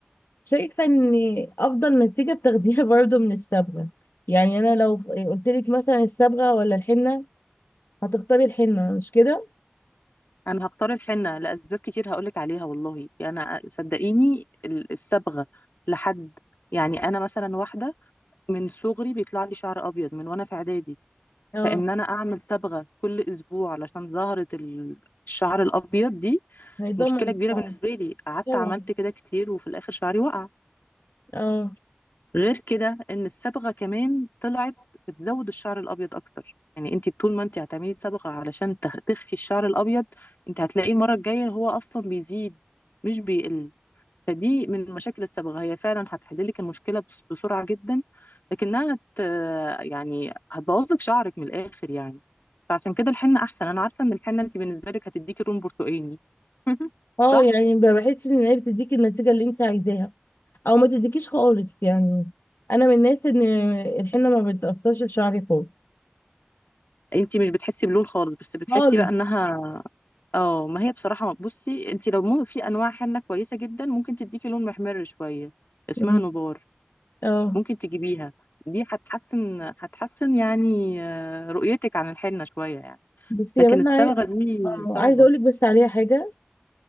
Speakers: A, on the left; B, on the left.
A: شايفه ان افضل نتيجه بتاخديها برضو من الصبغه يعني انا لو قلت لك مثلا الصبغه ولا الحنه هتختاري الحنه مش كده
B: أنا هختار الحنة لأسباب كتير هقولك عليها والله يعني أنا صدقيني ال- الصبغة لحد يعني أنا مثلا واحدة من صغري بيطلع لي شعر ابيض من وانا في اعدادي
A: اه
B: فان انا اعمل صبغه كل اسبوع علشان ظهرت ال- الشعر الابيض دي
A: هيضمن
B: مشكله
A: الطعم
B: كبيره بالنسبه لي قعدت
A: طبعا
B: عملت كده كتير وفي الاخر شعري وقع
A: اه
B: غير كده ان الصبغه كمان طلعت بتزود الشعر الابيض اكتر يعني انت طول ما انت هتعملي صبغه علشان تخ- تخفي الشعر الابيض انت هتلاقيه المره الجايه هو اصلا بيزيد مش بيقل فدي من المشاكل السابقة هي فعلا هتحل لك المشكلة بس- بسرعة جدا لكنها هت يعني هتبوظ لك شعرك من الآخر يعني فعشان كده الحنة أحسن أنا عارفة إن الحنة أنت بالنسبة لك هتديكي لون برتقاني <laughs>
A: اه
B: صح؟
A: يعني بحس ان هي بتديكي النتيجه اللي انت عايزاها او ما تديكيش خالص يعني انا من الناس ان الحنه ما بتاثرش في شعري خالص
B: أنت مش بتحسي بلون خالص بس بتحسي
A: خالص
B: بقى إنها اه ما هي بصراحة بصي أنت لو مو في أنواع حنة كويسة جدا ممكن تديكي لون محمر شوية اسمها
A: مم.
B: نبار
A: اه
B: ممكن تجيبيها دي هتحسن هتحسن يعني آه، رؤيتك عن الحنة شوية يعني
A: بس يا
B: لكن
A: بنت
B: الصبغة
A: عاي...
B: دي
A: اه
B: صعبة
A: عايزه اقول لك بس عليها حاجه